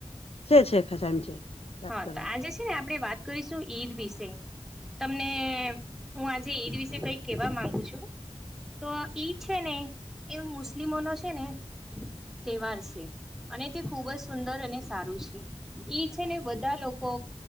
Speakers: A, on the left; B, in the centre.
A: છે છે ખાસા ટાઈમ છે. વાત
B: હા
A: કરું
B: તો આજે છે ને આપણે વાત કરીશું ઈદ વિશે. તમને હું આજે ઈદ વિશે કઈક કેવા માંગુ છું. તો ઈદ છે ને એ મુસ્લિમોનો છે ને તહેવાર છે. અને તે ખૂબ જ સુંદર અને સારું છે એ છે ને બધા લોકો.